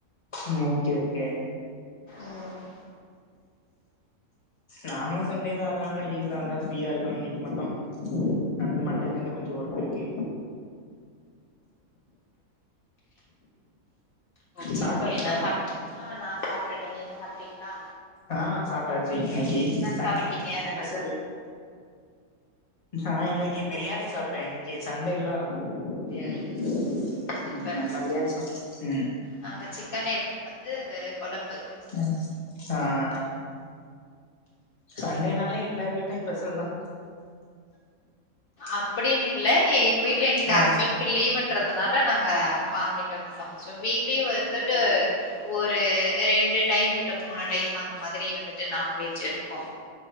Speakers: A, on the left; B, on the left.
A: அம் ஓகே ஓகே
B: ம்
A: நாங்களு சண்டே தா அதுனாப்புல லீவுதா அதா ஃப்ரீயா இருக்குன் இன்னைக்கு மட்டும் நாளைக்கி மண்டேயில இருந்து கொஞ்சோ ஒர்க் இருக்கு
B: ஓகே
A: சாப்ட்டாச்சா
B: ஓகே என்ன சாப்ட் ஆ நா சாப்டுட்டே நீங்க சாப்ட்டீங்ளா
A: ஆ சாப்ட்டாச்சு இன்னைக்கி சண்டே
B: சாப்ட்டீங்க
A: இன்னைக்கி என்ன ஸ்பெசல் நா இன்னைக்கி பிரியாணி சாப்ட்டே இன்னைக்கி சண்டே இல்லா பிரியாணி
B: ம் ம் சூப்பர்
A: ம் அதெல்லா
B: சூப்பர்
A: பிரியாணி சாப் ம்
B: நாங்க சிக்கன் எடுத்துட்டு வந்து கொழம்பு
A: அ சார் சண்டேனால எல்லா வீட்டுலயு பெசல் தா
B: அப்புடின்னு இல்ல எங்க வீட்டுல இன்னைக்கு
A: ஆ
B: ஹஸ்பண்ட் க்கு லீவுன்றதுனால நாங்க வாங்கிட்டு வந்து சமைச்சோ வீக்லி வந்துட்டு ஒரு ரெண்டு டைம் இல்ல மூணு டைம் அந்த மாதிரி வந்துட்டு நான்வெஜ் இருக்கு